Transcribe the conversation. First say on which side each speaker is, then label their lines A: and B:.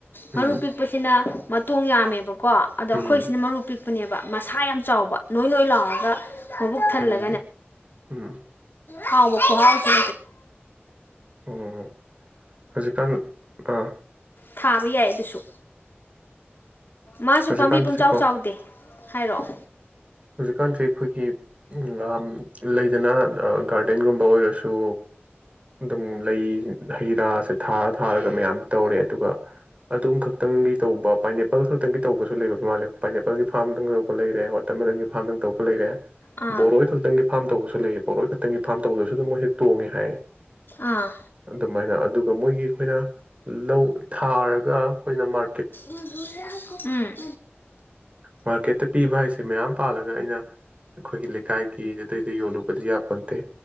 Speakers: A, on the right; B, on the left.
A: ꯎꯝ
B: ꯃꯔꯨ ꯄꯤꯛꯄꯁꯤꯅ ꯃꯇꯣꯡ ꯌꯥꯝꯃꯦꯕꯀꯣ ꯑꯗꯣ
A: ꯎꯝ
B: ꯑꯩꯈꯣꯏꯁꯤꯅ ꯃꯔꯨ ꯄꯤꯛꯄꯅꯦꯕ ꯃꯁꯥ ꯌꯥꯝ ꯆꯥꯎꯕ ꯅꯣꯏ ꯅꯣꯏ ꯂꯥꯎꯔꯒ ꯃꯕꯨꯛ ꯊꯜꯂ
A: ꯎꯝ ꯎꯝ
B: ꯍꯥꯎꯕ ꯈꯨꯍꯥꯎ ꯁꯦ
A: ꯎꯝ ꯍꯧꯖꯤꯛꯀꯥꯟ ꯑꯥ
B: ꯊꯥꯕ ꯌꯥꯏ ꯑꯗꯨꯁꯨ ꯃꯥꯁꯨ
A: ꯍꯧꯖꯤꯛꯀꯥꯟꯁꯦꯀꯣ
B: ꯄꯥꯝꯕꯤ ꯄꯨꯡꯆꯥꯎ ꯆꯥꯎꯗꯦ ꯍꯥꯏꯔ ꯑꯣ
A: ꯍꯧꯖꯤꯛꯀꯥꯟꯁꯦ ꯑꯩꯈꯣꯏꯒꯤ ꯎꯝ ꯑꯥꯝ ꯂꯩꯗꯅ ꯒꯥꯔꯗꯦꯟꯒꯨꯝꯕ ꯑꯣꯏꯔꯁꯨ ꯑꯗꯨꯝ ꯂꯩ ꯍꯩ ꯔꯥꯁꯦ ꯊꯥꯔ ꯊꯥꯔꯒ ꯃꯌꯥꯝ ꯇꯧꯔꯦ ꯑꯗꯨꯒ ꯑꯗꯨꯝꯈꯛ ꯇꯪꯒꯤ ꯇꯧꯕ ꯄꯥꯏꯅꯦꯄꯜ ꯈꯛꯇꯪꯒꯤ ꯇꯧꯕꯁꯨ ꯂꯩꯕ ꯃꯥꯜꯂꯦ ꯄꯥꯏꯅꯦꯄꯜꯒꯤ ꯐꯥꯝꯗ ꯉꯧꯕ ꯂꯩꯔꯦ ꯇꯃꯦꯡꯂꯪꯒꯤ ꯐꯥꯔꯝꯗꯅ ꯇꯧꯕ ꯂꯩꯔꯦ
B: ꯑꯥ
A: ꯕꯣꯔꯣꯏ ꯈꯛꯇꯪꯒꯤ ꯐꯥꯔꯝ ꯇꯧꯕꯁꯨ ꯂꯩꯌꯦ ꯕꯣꯔꯣꯏ ꯈꯛꯇꯪꯒꯤ ꯐꯥꯝ ꯇꯧꯕꯗꯁꯨ ꯑꯗꯨꯝ ꯃꯣꯏꯁꯦ ꯇꯣꯡꯉꯦ ꯍꯥꯏꯌꯦ
B: ꯑꯥ
A: ꯑꯗꯨꯃꯥꯏꯅ ꯑꯗꯨꯒ ꯃꯣꯏꯒꯤ ꯑꯩꯈꯣꯏꯅ ꯂꯧ ꯊꯥꯔꯒ ꯑꯩꯈꯣꯏꯅ ꯃꯥ
B: ꯎꯗꯨꯗ <unintelligible> ꯎꯝ
A: ꯃꯥꯔꯀꯦꯠꯇ ꯄꯤꯕ ꯍꯥꯏꯁ ꯃꯌꯥꯝ ꯄꯥꯜꯂꯒ ꯑꯩꯅ ꯑꯩꯈꯣꯏꯒꯤ ꯂꯩꯀꯥꯏꯒꯤ ꯑꯗꯩꯗ ꯌꯣꯜꯂꯨ ꯕꯗꯤ ꯌꯥ ꯄꯣꯟꯇꯦ